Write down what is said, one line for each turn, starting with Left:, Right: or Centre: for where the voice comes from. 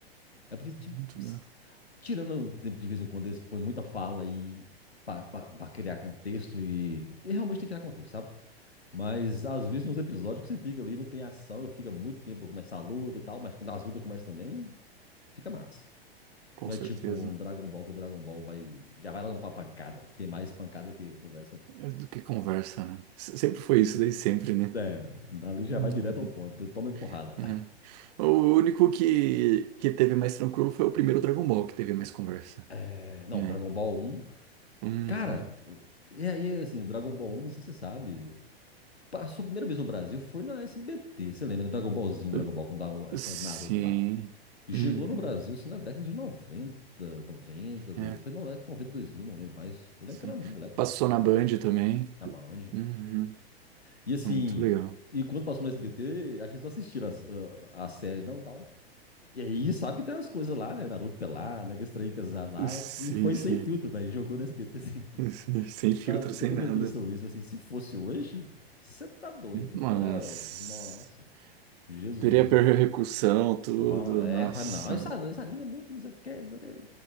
Left: É porque, tipo,
Right: Muito, né?
Left: Tirando de vez em quando, eles põem muita fala e para criar contexto e, e realmente tem que criar contexto, sabe? Mas às vezes tem uns episódios que você fica ali, não tem ação, fica muito tempo pra começar a luta e tal, mas quando as lutas começam também, fica massa.
Right: Com
Left: Não é
Right: certeza.
Left: tipo um Dragon Ball que o Dragon Ball vai, já vai logo pra pancada. Tem mais pancada que conversa, não.
Right: É Do que conversa, né? S- Sempre foi isso, desde sempre, né?
Left: É, dali já
Right: Uhum.
Left: vai direto ao ponto, toma de porrada.
Right: É. O único que, que teve mais tranquilo foi o primeiro Dragon Ball, que teve mais conversa,
Left: É, não,
Right: né?
Left: Dragon Ball um
Right: Uhum.
Left: cara, e aí assim, Dragon Ball um não sei se você sabe, Passou a primeira vez no Brasil, foi na SBT. Você lembra do Dragon Ballzinho, Dragon
Right: Uh,
Left: Ball, com da- a história
Right: Sim.
Left: do Naruto lá. E chegou
Right: Uhum.
Left: no Brasil, assim, na década de 90 90 do-
Right: É,
Left: foi no- 90 dois mil não lembro mais. Eu lembro
Right: sim.
Left: que era moleque
Right: Passou
Left: lá assistindo,
Right: na Band também.
Left: na Band.
Right: Uhum.
Left: E assim,
Right: Muito legal.
Left: e quando passou no SBT, acho que eles não assistiram as- a, a série, não, tal. E aí, sabe que tem umas coisas lá, né? Naruto pelado, aquele trem pesado lá.
Right: Sim,
Left: E foi
Right: sim.
Left: sem filtro, velho. Jogou no SBT, assim.
Right: Sim,
Left: <laughs>
Right: Sem
Left: Eu tava
Right: filtro,
Left: até
Right: sem
Left: comentando
Right: nada.
Left: sobre isso, assim, se fosse hoje, você tá doido,
Right: Nossa.
Left: velho. era... Nossa... Jesus.
Right: Teria percussão,
Left: viu?
Right: tudo.
Left: Não, é,
Right: Nossa.
Left: fala, não, esse, an- esse anime é muito, não sei o que, não sei o que.